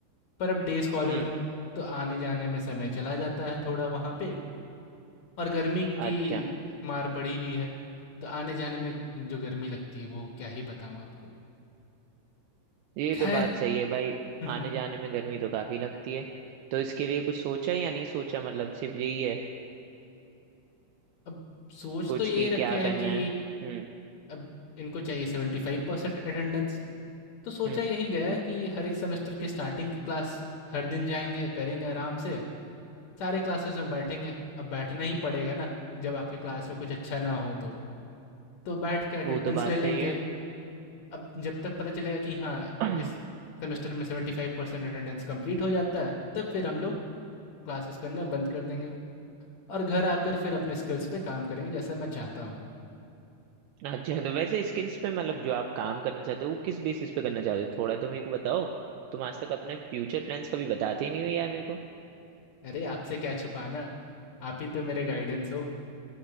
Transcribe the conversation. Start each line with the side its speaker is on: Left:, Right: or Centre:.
Left: पर अब डे स्कॉलर
Right: हम्म
Left: हूँ तो आने जाने में समय चला जाता है थोड़ा वहाँ पे और गर्मी की
Right: अच्छा
Left: मार पड़ी हुई है तो आने जाने में जो गर्मी लगती है वो क्या ही बताऊँ आपको
Right: ये
Left: खैर
Right: तो बात सही है भाई
Left: <laughs>
Right: आने जाने में गर्मी तो काफी लगती है तो इसके लिए कुछ सोचा या नहीं सोचा मतलब सिर्फ यही है
Left: अब सोच
Right: कुछ
Left: तो ये
Right: की
Left: रखे
Right: क्या करना
Left: है कि
Right: है हम्म
Left: अब इनको चाहिए 75% अटेंडेंस तो सोचा
Right: हम्म
Left: यही गया कि हर एक सेमेस्टर के स्टार्टिंग की क्लास हर दिन जाएंगे करेंगे आराम से सारे क्लासेस में बैठेंगे अब बैठना ही पड़ेगा ना जब आपकी क्लास में कुछ अच्छा ना हो तो तो बैठ के अटेंडेंस
Right: वो तो बात
Left: ले लेंगे
Right: सही है
Left: अब जब तक पता चलेगा कि हाँ
Right: <clears throat>
Left: इस सेमेस्टर
Right: हम्म,
Left: में सेवेंटी फाइव परसेंट अटेंडेंस कंप्लीट हो जाता है तब फिर हम लोग क्लासेस करना बंद कर देंगे और घर आकर फिर अपने स्किल्स पे काम करेंगे जैसा मैं चाहता हूँ
Right: अच्छा तो वैसे स्किल्स पे मतलब जो आप काम करना चाहते हो वो किस बेसिस पे करना चाहते हो थोड़ा तो मेरे को बताओ तुम आज तक अपने फ्यूचर प्लान्स कभी बताते ही नहीं हो यार मेरे को
Left: अरे आपसे क्या छुपाना आप ही तो मेरे गाइडेंस हो